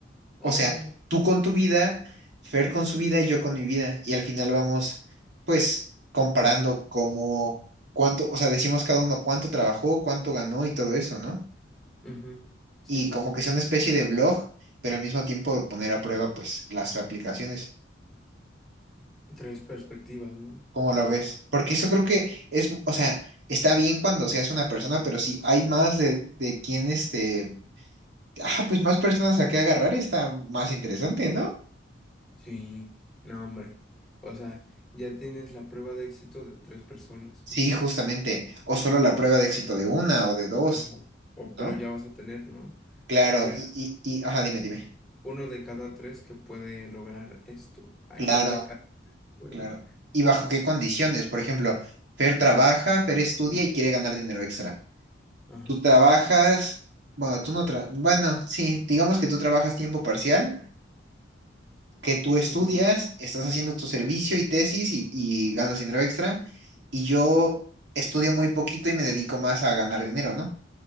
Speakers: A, in the centre; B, on the right (about 65°).
A: Oh.
B: o sea, tú con tu vida, Fer con su vida y yo con mi vida, y al final vamos, pues, comparando como cuánto, o sea, decimos cada uno cuánto trabajó, cuánto ganó y todo eso, ¿no?
A: Ujú. Sí,
B: Y
A: sí,
B: como
A: sí.
B: que sea una especie de blog, pero al mismo tiempo poner a prueba, pues, las aplicaciones,
A: Tres perspectivas, ¿no?
B: ¿cómo
A: Tres.
B: lo ves? Porque eso creo que es, o sea... Está bien cuando seas una persona, pero si hay más de, de quién este, Ah, pues más personas a qué agarrar está más interesante, ¿no?
A: Sí, no, hombre. O sea, ya tienes la prueba de éxito de tres personas,
B: Sí,
A: o sea.
B: justamente. O solo la prueba de éxito de una o de dos,
A: Ajá. O, pero
B: ¿no?
A: ya vas a tener, ¿no?
B: Claro,
A: Hay
B: y, y, y- ajá, dime, dime.
A: uno de cada tres que puede lograr esto. Hay
B: Claro,
A: dos de cada que puede
B: claro.
A: lograr.
B: ¿Y bajo qué condiciones? Por ejemplo, Fer
A: Ujú.
B: trabaja, Fer estudia
A: Guau.
B: y quiere ganar dinero extra.
A: Ajá.
B: Tú trabajas, bueno, tú no tra- bueno, sí, digamos que tú trabajas tiempo parcial, que tú estudias,
A: Ujú.
B: estás haciendo tu servicio y tesis y, y ganas dinero extra, y yo estudio muy poquito y me dedico más a ganar dinero, ¿no?